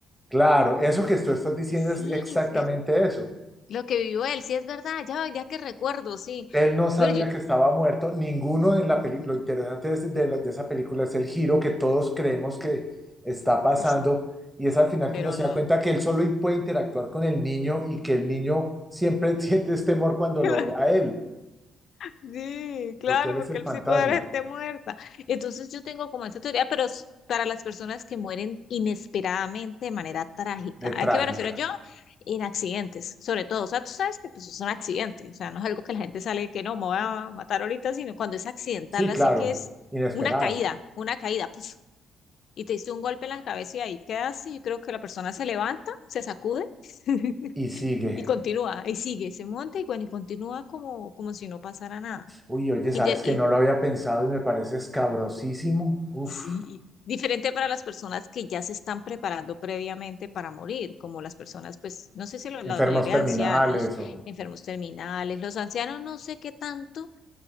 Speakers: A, in the centre; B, on the left.
A: Claro, eso que tú estás diciendo
B: Ay, sí,
A: es exactamente
B: es cierto.
A: eso.
B: Lo que vivió él, sí es verdad, ya, ya que recuerdo, sí.
A: Él no sabía
B: Pero yo,
A: que estaba muerto, ninguno en la película, lo interesante es de, la- de esa película es el giro que todos creemos que está pasando
B: el sí,
A: y es al final
B: pero
A: que uno se
B: no.
A: da cuenta que él solo puede interactuar con el niño y que el niño siempre <laughs> siente este temor cuando
B: <laughs>
A: lo ve a él,
B: Sí, claro,
A: porque él
B: porque
A: es el
B: él
A: fantasma
B: sí puede haber gente muerta. Entonces yo tengo como esa teoría, pero es para las personas que mueren inesperadamente de manera trágica.
A: de trágica.
B: ¿A qué me refiero yo? En accidentes, sobre todo. O sea, tú sabes que pues, es un accidente. O sea, no es algo que la gente sale que no, me voy a matar ahorita, sino cuando es accidental,
A: Sí,
B: así
A: claro,
B: que es
A: inesperado.
B: una caída, una caída, puf, y te diste un golpe en la cabeza y ahí quedas. Y yo creo que la persona se levanta, se sacude <laughs>
A: Y sigue.
B: y continúa, y sigue, se monta y bueno, y continúa como, como si no pasara nada.
A: Uy, oye,
B: Inte-
A: sabes
B: Y,
A: que no lo había pensado y me parece escabrosísimo. Uf,
B: Sí, diferente para las personas que ya se están preparando previamente para morir, como las personas, pues, no sé si lo-
A: enfermos
B: la mayoría
A: terminales
B: de ancianos,
A: o...
B: enfermos terminales, los ancianos no sé qué tanto